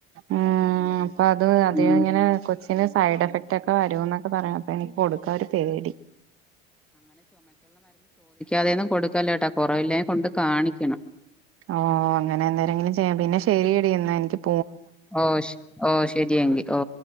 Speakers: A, on the right (about 50°); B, in the centre.
A: ഉം അപ്പൊ അത് അത്
B: മ്
A: ഇങ്ങനെ കൊച്ചിന് സൈഡ് എഫക്റ്റ് ഒക്കെ വരൂന്നൊക്കെ പറയും അപ്പൊ എനിക്ക് കൊടുക്കാൻ ഒരു പേടി
B: അതിന്ന് കൊടുക്കല്ലെ ട്ടാ കുറവില്ലെ കൊണ്ട് കാണിക്കണം
A: ഓ അങ്ങനെ എന്തേരെങ്കിലും ചെയ്യാം പിന്നെ ശെരിയെടി എന്ന എന്ക്ക്
B: ഓ ഓ ശരിയങ്കി ഓ